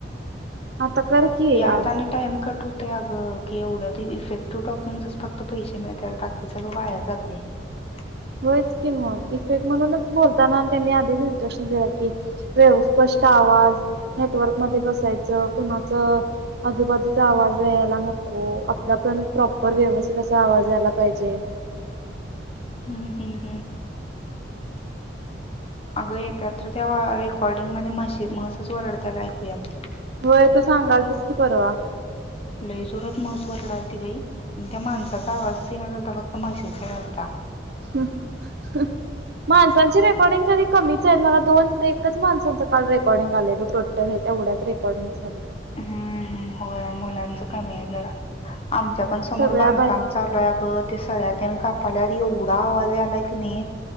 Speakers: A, on the right; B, on the left.
A: आता कर की
B: याताने
A: आज.
B: टाइम कटू अग की एवढ्या इफेक्टिव्ह टॉकिंगच फक्त पैसे मिळतात बाकी सगळं वाया जाते. रिकामा ऑडिओ
A: हो की मग इफेक्ट म्हणूनच बोलताना त्यांनी आधीच इस्ट्रक्शन दि की व्यवस्थि आवाज नेटवर्क मध्ये बसायच कुणाचं... आजूबाजूचा आवाज यायला नको अला पण प्रॉपर व्यवस्थित असा आवाज यायला पाहिजे.
B: हम्म हम्म हम्म. अगं एकत्र त्या रेकॉर्डिंग मध्ये म्ह म्हहसच वरडत्याला ऐकू अल्ते.
A: वय तो सांगाल तस कि परवा.
B: लई जोरात म्हहस वरडालती बाई त्या माणसाचा. आवाजच घ नाही चालता फक्त म्हशीचा यालता
A: हम्. माणसांची रेकॉर्डिंग कधी कमीच आहे मला दोन एकच माणसांचं काल रेकॉर्डिंग आलंय ब टोटल. एवढ्याच रेकॉर्डिंग स वाले.
B: हम्म होय मुलांच कमी आहे जरा. आमच्या पण समोर
A: सगळ्या
B: बांधकाम चालूय आहे अ गं ते सळ्यात.. त्या कापाला एवढा आवाज यालाय कीं नाई...